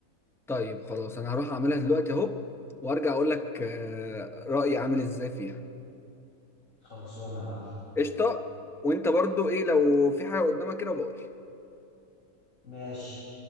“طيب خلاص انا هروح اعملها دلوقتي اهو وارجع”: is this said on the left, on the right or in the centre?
Centre